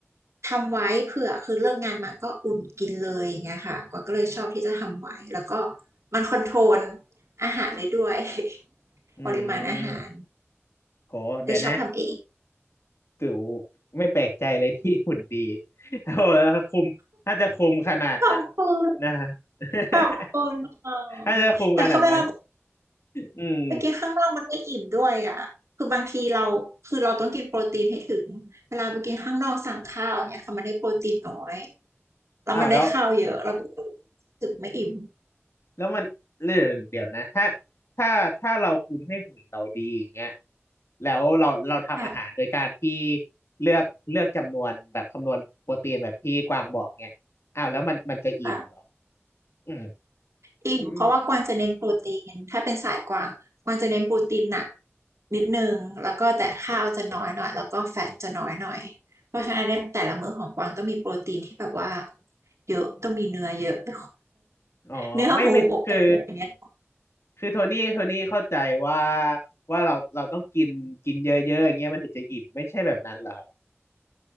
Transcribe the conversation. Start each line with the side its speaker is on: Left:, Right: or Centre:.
Right: ทำไว้เผื่อคือเลิกงานมาก็อุ่นกินเลยอย่างเงี้ยค่ะกวางก็เลยชอบที่จะทำไว้แล้วก็มันคอนโทรลอาหารเลยด้วย <laughs>
Left: อืม
Right: ปริมาณอาหาร
Left: โหเดี๋ยวนะ
Right: เลยชอบทำเอง
Left: ตู่ไม่แปลกใจเลยที่หุ่นดีโอ้โห้คุมถ้าจะคุมขนาดนั้น
Right: ขอบคุณ
Left: นะฮะ <laughs>
Right: ขอบคุณค่ะ
Left: ถ้าจะคุมขนาดนั้น
Right: แต่คือเวลา
Left: อืม
Right: ไปกินข้างนอกมันไม่อิ่มด้วยอ่ะคือบางทีเราคือเราต้องกินโปรตีนให้ถึง เวลาไปกินข้างนอกสั่งข้าวอย่างเนี่ยค่ะมันได้โปรตีนน้อย แล้วมันได้ข้าวเยอะเราก็รู
Left: อ้าวแล้ว
Right: ้สึกไม่อิ่ม
Left: แล้วมันเรื่องเดี๋ยวนะถ้าถ้าถ้าเราคุมให้หุ่นเราดีอย่างเงี้ยแล้วเราเราทำอาหารโดยการที่
Right: ค่ะ
Left: เลือกเลือกจำนวนแบบคำนวณโปรตีนแบบที่กวางบอกเงี้ยอ้าวแล้วมันมันจะอิ่มเหรอ
Right: ค่ะ
Left: อืม
Right: อิ่มเพราะว่ากวางจะเน้นโปรตีนถ้าเป็นสายกวางกวางจะเน้นโปรตีนหนัก
Left: อืม
Right: นิดนึงแล้วก็แต่ข้าวจะน้อยหน่อยแล้วก็แฟตจะน้อยหน่อยเพราะฉะนั้นในแต่ละมื้อของกวางต้องมีโปรตีนที่แบบว่าเยอะต้องมีเนื้อเยอะ <laughs>
Left: อ๋อไม่ไม่คือ
Right: เนื้อหมูอกไก่อย่างเงี้ย
Left: คือโทนี่โทนี่เข้าใจว่าว่าเราเราต้องกินกินเยอะๆอย่างเงี้ยมันถึงจะอิ่มไม่ใช่แบบนั้นเหรอครับ